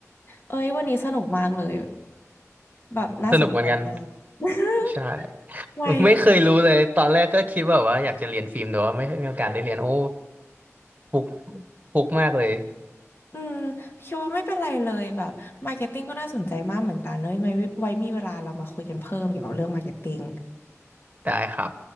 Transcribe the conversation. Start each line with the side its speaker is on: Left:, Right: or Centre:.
Left: เอ้ยวันนี้สนุกมากเลยแบบน่าสนใจมาก
Right: สนุกเหมือนกัน
Left: <laughs>
Right: ใช่
Left: ไว้
Right: ไม่เคยรู้เลยตอนแรกก็คิดแบบว่าอยากจะเรียนฟิล์มแต่ว่าไม่มีโอกาสได้เรียนโอ้ฟุกฟุกมากเลย
Left: อืมคิดว่าไม่เป็นไรเลยแบบมาร์เก็ตติ้งก็น่าสนใจมากเหมือนกันเนอะไว้ไว้มีเวลาเรามาคุยกันเพิ่มเกี่ยวกับเรื่องมาร์เก็ตติ้ง
Right: ได้ครับ